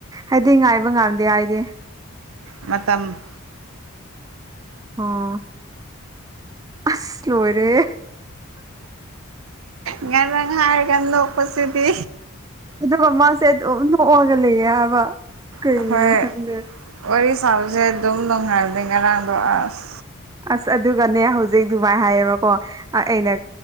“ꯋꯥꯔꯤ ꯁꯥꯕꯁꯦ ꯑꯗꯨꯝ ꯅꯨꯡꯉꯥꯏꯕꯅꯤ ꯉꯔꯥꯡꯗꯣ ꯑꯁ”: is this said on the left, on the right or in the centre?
Right